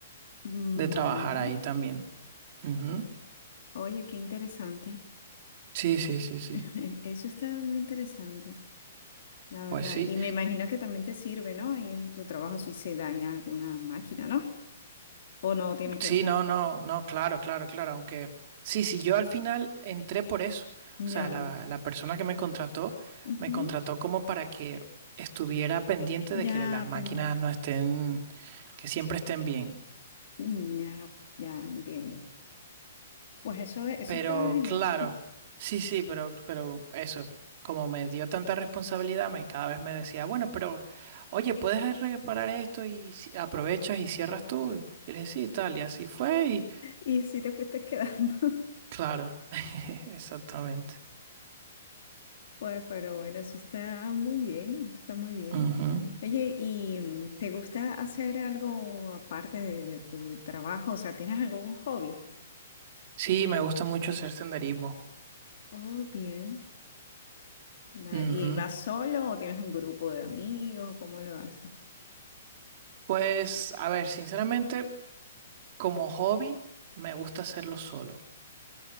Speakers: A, on the left; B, on the right.
A: Vale.
B: de trabajar ahí también. Ujú.
A: Oye, qué interesante.
B: Sí, sí, sí, sí.
A: <laughs> Eso está muy interesante. La verdad,
B: Pues sí.
A: y me imagino que también te sirve, ¿no? Y en tu trabajo si se daña alguna máquina, ¿no? O no tiene que
B: Sí,
A: ver.
B: no, no, no, claro, claro, claro. Aunque sí, sí, yo al final entré por eso.
A: Ya,
B: O sea, la, la persona que me contrató
A: ujú,
B: me contrató como para que estuviera pendiente
A: Ya
B: de que las máquinas
A: pendiente.
B: no estén, que siempre estén bien.
A: Mm, Ya, ya entiendo. Pues eso, eso
B: Pero
A: está genial.
B: claro,
A: <laughs>
B: sí, sí, pero, pero eso, como me dio tanta responsabilidad, me, cada vez me decía, bueno, pero oye, puedes reparar esto y ci- aprovechas y cierras tú. Y le dije, sí, tal, y así fue, y
A: Y así te fuiste quedando. <laughs>
B: claro, <laughs> exactamente.
A: Pues, pero bueno, eso está muy bien, eso está muy bien.
B: Ujú.
A: Oye, ¿y mm, te gusta hacer algo aparte de, de tu trabajo? O sea, ¿tienes algún hobby?
B: Sí, me gusta mucho hacer senderismo.
A: Oh, bien. Vale,
B: Ujú.
A: ¿Y vas solo o tienes un grupo de amigos? ¿Cómo lo haces?
B: Pues, a ver, sinceramente, como hobby, me gusta hacerlo solo.